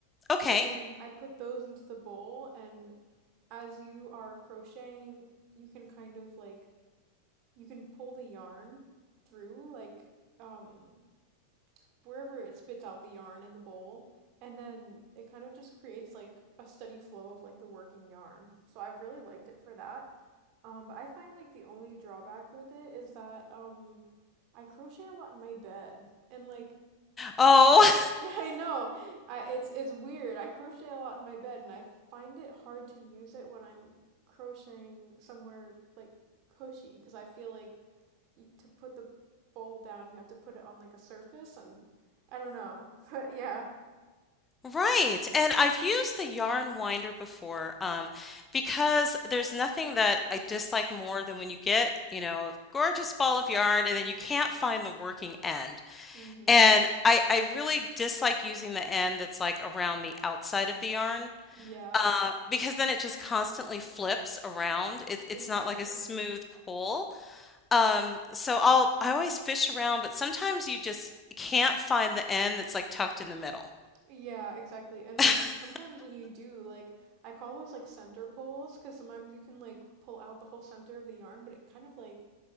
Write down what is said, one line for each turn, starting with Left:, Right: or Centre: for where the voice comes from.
Left: Okay.
Right: And then I put those into the bowl, and as you are crocheting, you can kind of like you can pull the yarn through like um wherever it spits out the yarn in the bowl, and then it kind of just creates like a steady flow of like the working yarn. So I've really liked it for that. Um, but I find like the only drawback with it is that um I crochet a lot in my bed, and like
Left: Oh,
Right: <laughs> Yeah, I know. I, it's it's weird. I crochet a lot in my bed, and I find it hard to use it when I'm crocheting somewhere like cushy, because I feel like y to put the bowl down, you have to put it on like a surface, and I don't know. <laughs> But yeah.
Left: <laughs> right. And I've used the yarn winder before, um, because there's nothing that I dislike more than when you get, you know, a gorgeous ball of yarn and then you can't find the working end.
Right: Mm-hmm.
Left: And I I really dislike using the end that's, like, around the outside of the yarn,
Right: Yeah,
Left: uh, because then it just constantly flips around. It's it's
Right: exactly.
Left: not like a smooth pull. Um, so I'll I always fish around, but sometimes you just can't find the end that's, like, tucked in the middle.
Right: Yeah, exactly. And
Left: <laughs>
Right: like sometimes when you do, like I call those like center pulls because sometimes you can like pull out the whole center of the yarn, but it kind of like